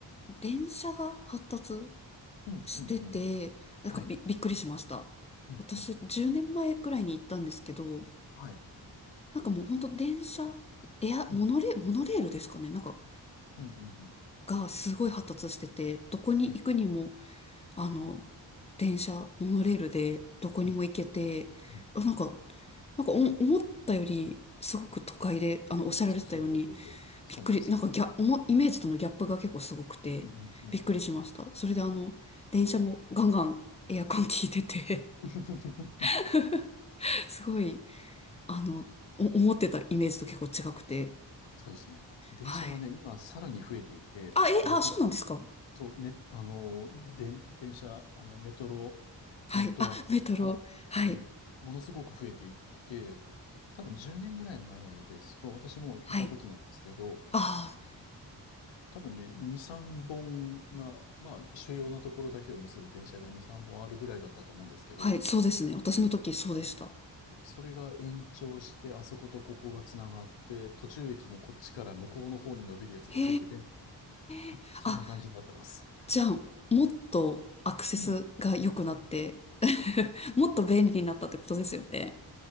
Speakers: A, on the left; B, on the left.
A: 電車が発達
B: うん、
A: してて、
B: うん、うん。
A: なんかび、
B: はい。
A: びっくりしました。
B: うん、
A: 私、
B: うん、うん。
A: 10年前くらいに行ったんですけど、
B: はい。
A: なんかもう本当電車、エア、
B: うん、
A: モノレ、モノレールですかね。なんか、
B: うん、うん、うん。
A: がすごい発達してて、どこに行くにも、
B: ええ。
A: あの、電車、モノレールでどこにも行けて、
B: うん、うん、
A: あなんか、
B: うん。
A: なんかお思ったより、すごく都会で、あの、おっしゃられてたように、
B: そうそうそうそうそう。そうなんですよ。
A: びっくり、なんかギャ、おもイメージとのギャップが結構すごくて、
B: うん、うん、うん、
A: びっくりしました。
B: うん。
A: それであの、電車もガンガンエアコン効いてて
B: <laughs>
A: <laughs> すごい、あの、お思ってたイメージと結構違くて、
B: そうですね。電車はね、
A: はい。
B: 今さらに増えていて、
A: あ、え、
B: 路線、
A: あ、そうなんですか
B: そう、ね、あの、電、電車、あの、メトロ
A: はい。
B: ネットワークっていうのかなうん。
A: あ、メトロ。はい。
B: ものすごく増えていって、多分10年ぐらい前ですと、私もいた時なんですけど、
A: はい。あ
B: 多分ね、2、3本が、まあ、主要なところだけを結ぶ電車が2、3本あるぐらいだったと思うんですけど、
A: あ、はい。そうですね。私の時そうでした。
B: それが延長して、あそことここが繋がって、途中駅のこっちから向こうの方に伸びるやつが増えてて、
A: へ
B: みたいな。
A: え。
B: そんな感じになってます。
A: あ、じゃあ、もっとアクセスが良くなって
B: うん。
A: <laughs> もっと便利になったってことですよね。